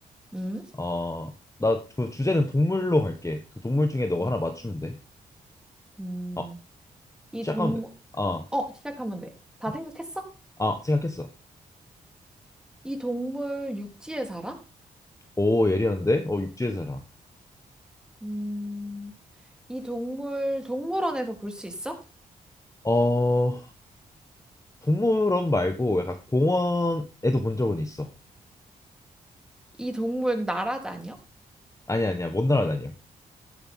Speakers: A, in the centre; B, on the left.
A: 음,
B: 어, 나 그 주제는 동물로 할게. 그 동물 중에 너가
A: 이,
B: 하나 맞추면 돼.
A: 음,
B: 어,
A: 이
B: 시작하면
A: 동물,
B: 돼. 어,
A: 어, 시작하면 돼. 다
B: 음.
A: 생각했어?
B: 아, 생각했어.
A: 이 동물 육지에 살아?
B: 오, 예리한데? 어, 육지에 살아.
A: 음, 이 동물 동물원에서 볼 수 있어?
B: 어, 동물원 말고 약간 공원에도 본 적은 있어.
A: 이 동물 나라 다녀?
B: 아니야, 아니야, 먼 나라 다녀.